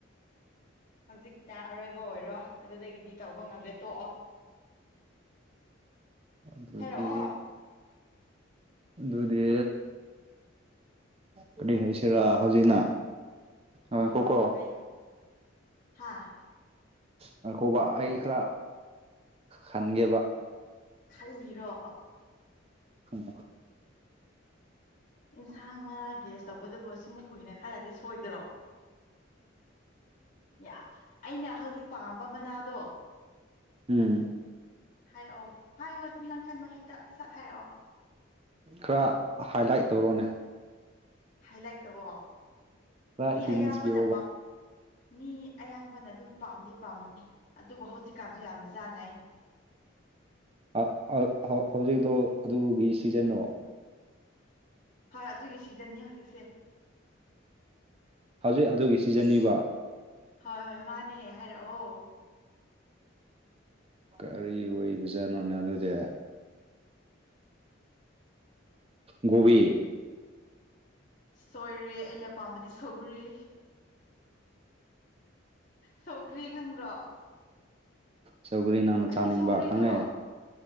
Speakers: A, on the left; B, on the right.
A: ꯍꯧꯖꯤꯛꯇ ꯑꯔꯣꯏꯕ ꯑꯣꯏꯔꯣ ꯑꯗꯨꯗꯒꯤꯗꯤ ꯇꯧꯕ ꯉꯝꯗꯦ ꯇꯣꯛꯑꯣ
B: ꯑꯗꯨꯗꯤ
A: ꯍꯥꯏꯔꯛꯑꯣ
B: ꯑꯗꯨꯗꯤ ꯀꯔꯤ ꯍꯥꯏꯁꯤꯔꯥ ꯍꯧꯖꯤꯛꯅ ꯉꯥꯏꯈꯣꯀꯣ
A: ꯎꯝ ꯍꯥꯏꯌꯣ ꯍꯥꯥ
B: ꯉꯥꯢꯈꯣꯕ ꯑꯩ ꯈꯔ ꯈꯟꯒꯦꯕ
A: ꯈꯜꯂꯤꯔꯣ
B: ꯎꯝ
A: ꯏꯟꯁꯥꯡ ꯃꯅꯥꯥ ꯒꯦꯁ ꯇꯧꯕꯗꯕꯨ ꯑꯁꯤꯃꯨꯛ ꯀꯨꯏꯅ ꯈꯜꯂꯗꯤ ꯁꯣꯏꯗ꯭ꯔꯣ ꯌꯥ ꯑꯩꯅ ꯍꯧꯖꯤꯛ ꯄꯥꯝꯕ ꯃꯅꯥꯗꯣ
B: ꯎꯝ
A: ꯍꯥꯏꯔꯛꯑꯣ ꯍꯥꯏꯌꯣ ꯑꯗꯨꯝ ꯅꯪ ꯈꯟꯕ ꯍꯦꯛꯇ ꯁꯠ ꯍꯥꯏꯔꯛꯑꯣ
B: ꯈꯔ ꯍꯥꯏꯂꯥꯏꯠ ꯇꯧꯔꯛꯑꯣꯅꯦ
A: ꯍꯥꯏ ꯂꯥꯏꯛ ꯇꯧꯑꯣ
B: ꯈꯔ
A: ꯃꯤ
B: ꯍꯤꯟꯁ
A: ꯑꯌꯥꯝꯕꯅ
B: ꯄꯤꯔꯣꯕ
A: ꯃꯤ ꯑꯌꯥꯝꯕꯅ ꯑꯗꯨꯝ ꯄꯥꯝꯗꯤ ꯄꯥꯝꯅꯩ ꯑꯗꯨꯕꯨ ꯍꯧꯖꯤꯛꯀꯥꯟꯁꯨ ꯌꯥꯝ ꯆꯥꯟꯅꯩ
B: ꯑ ꯑ ꯍꯧꯖꯤꯛꯇꯣ ꯑꯗꯨꯒꯤ ꯁꯤꯖꯟꯅꯣ
A: ꯍꯣꯏ ꯑꯗꯨꯒꯤ ꯁꯤꯖꯟꯅꯦ ꯍꯧꯖꯤꯛꯁꯦ
B: ꯍꯧꯖꯤꯛ ꯑꯗꯨꯒꯤ ꯁꯤꯖꯟꯅꯤꯕ
A: ꯍꯣꯏ ꯍꯣꯏ ꯃꯥꯅꯦ ꯍꯥꯏꯔꯛꯑꯣ
B: ꯀꯔꯤ ꯑꯣꯏꯕꯖꯥꯠꯅꯣꯅꯦ ꯑꯗꯨꯗꯤ ꯒꯣꯕꯤ
A: ꯁꯣꯏꯔꯦ ꯑꯩꯅ ꯄꯥꯝꯕꯗꯤ ꯁꯧꯒ꯭ꯔꯤ ꯁꯧꯒ꯭ꯔꯤ ꯈꯪꯗ꯭ꯔꯣ
B: ꯁꯧꯒ꯭ꯔꯤ ꯅꯪꯅ
A: ꯑꯩꯗꯤ
B: ꯆꯥꯅꯤꯡꯕ
A: ꯁꯧꯒ꯭ꯔꯤꯗꯣ
B: ꯈꯪꯉꯦ